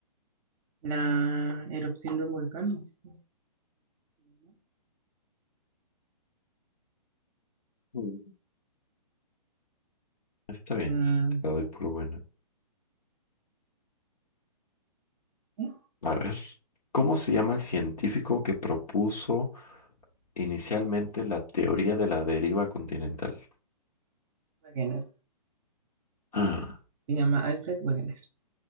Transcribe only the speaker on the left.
Mm. Está bien,
sí, te la doy por buena.
A ver, ¿cómo se llama el científico que propuso Inicialmente la teoría de la deriva continental.
Ah,